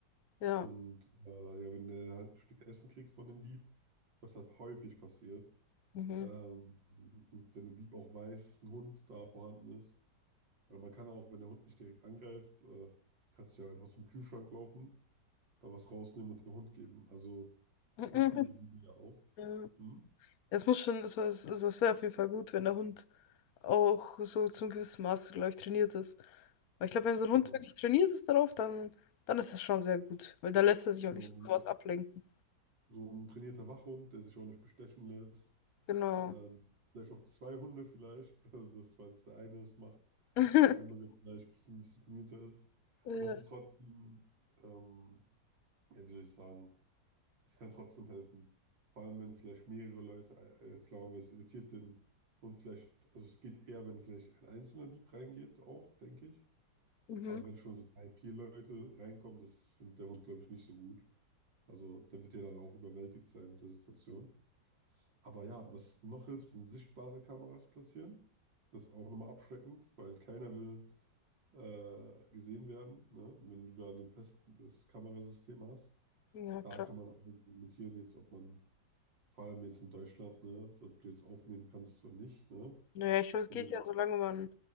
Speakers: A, on the left; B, on the right.
A: Ja.
B: Und äh, ja, wenn der halt ein Stück Essen kriegt von dem Dieb, was halt häufig passiert,
A: Mhm.
B: ähm, und wenn der Dieb auch weiß, dass ein Hund da vorhanden ist, oder man kann auch, wenn der Hund nicht direkt angreift, äh, kannst du ja einfach zum Kühlschrank laufen, da was rausnehmen und dem Hund geben. Also, das
A: <laughs>
B: wissen die Diebe ja auch.
A: Ja.
B: Hm?
A: Es muss schon, also es, also es wäre auf jeden Fall gut, wenn der Hund auch so zum gewissen Maße, glaube ich, trainiert ist. Weil ich glaube, wenn so ein
B: Genau,
A: Hund wirklich trainiert ist darauf, dann, dann ist das schon sehr gut. Weil da lässt er sich
B: genau.
A: auch nicht von sowas ablenken.
B: So ein trainierter Wachhund, der sich auch nicht bestechen lässt.
A: Genau.
B: Ähm, vielleicht auch zwei Hunde vielleicht, <laughs> das, weil es der eine es macht,
A: <laughs>
B: der andere vielleicht ein bisschen disziplinierter ist.
A: Ja,
B: Aber es ist trotzdem, ähm, ja, wie soll ich sagen, Es kann trotzdem helfen. Vor allem, wenn vielleicht mehrere Leute äh, klauen, weil es irritiert den Hund vielleicht. Also es geht eher, wenn vielleicht ein einzelner Dieb reingeht, auch, denke ich.
A: mhm.
B: Aber wenn schon so drei, vier Leute reinkommen, das findet der Hund, glaube ich, nicht so gut. Also der wird ja dann auch überwältigt sein mit der Situation. Aber ja, was noch hilft, sind sichtbare Kameras platzieren. Das ist auch nochmal abschreckend, weil keiner will äh, gesehen werden. Ne? Und wenn du da ein festes Kamerasystem hast,
A: Ja,
B: da
A: klar.
B: kann man auch argumentieren, jetzt, ob man vor allem jetzt in Deutschland, ne? Ob du jetzt aufnehmen kannst oder nicht, ne?
A: Naja, ich glaube, es
B: Wenn
A: geht
B: du jetzt,
A: ja, solange man